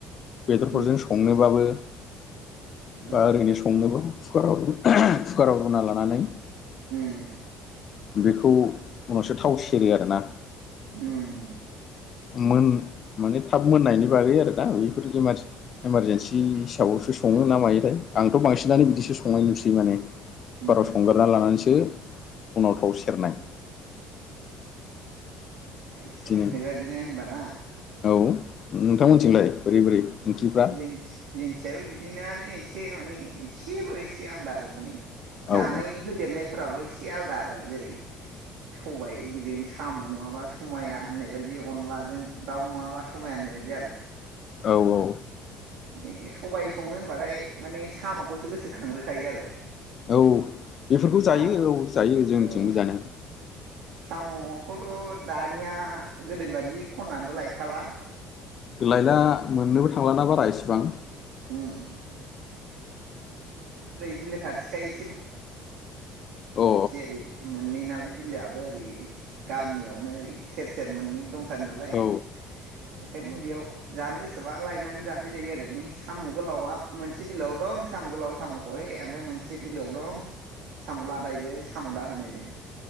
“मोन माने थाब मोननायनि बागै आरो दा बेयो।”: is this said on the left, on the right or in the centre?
Left